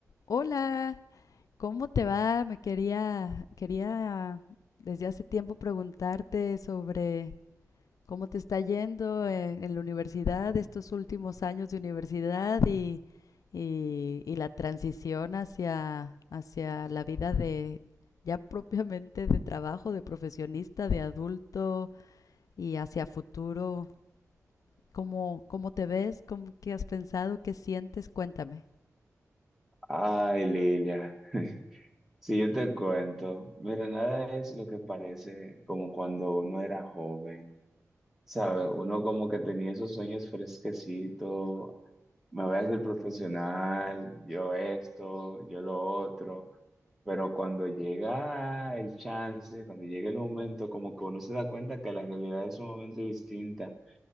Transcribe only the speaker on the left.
Hola, ¿cómo te va? Me quería, quería desde hace tiempo preguntarte sobre cómo te está yendo eh, en, la universidad, estos últimos años de universidad y, y- y la transición hacia, hacia la vida de ya propiamente de trabajo, de profesionista, de adulto y hacia futuro. ¿Cómo, cómo te ves? ¿Cómo, qué has pensado? ¿Qué sientes? Cuéntame.